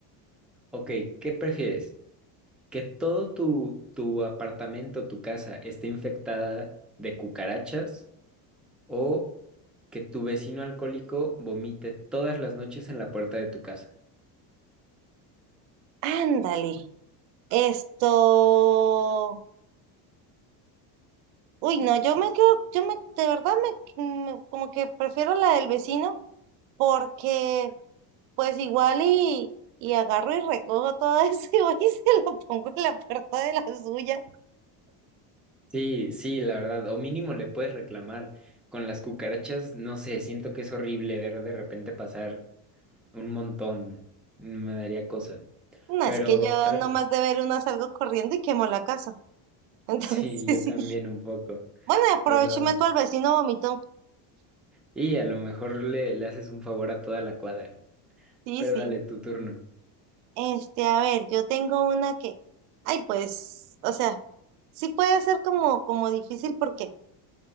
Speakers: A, in the centre; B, on the right.
A: Ok, ¿qué prefieres? ¿Que todo tu, tu apartamento, tu casa, esté infectada de cucarachas o que tu vecino alcohólico vomite todas las noches en la puerta de tu casa?
B: Ándale, esto... Uy, no, yo me quedo, yo me, de verdad me, me- como que prefiero la del vecino porque pues igual y, y agarro y recojo todo eso <laughs> y voy y se lo pongo en la puerta de la suya.
A: Sí, sí, la verdad, o mínimo le puedes reclamar. Con las cucarachas, no sé, siento que es horrible ver de repente pasar un montón. Me daría cosa.
B: No,
A: Pero,
B: es que yo
A: a ver,
B: nomás de ver una salgo corriendo y quemo la casa. <laughs>
A: <laughs>
B: Entonces,
A: sí, yo también
B: sí.
A: un poco.
B: Bueno, aprovecho
A: Pero,
B: y meto al vecino vomitó.
A: y a lo mejor le, le haces un favor a toda la cuadra.
B: Sí,
A: Pero
B: sí.
A: dale tu turno.
B: Este, a ver, yo tengo una que, ay, pues, o sea, sí puede ser como, como difícil porque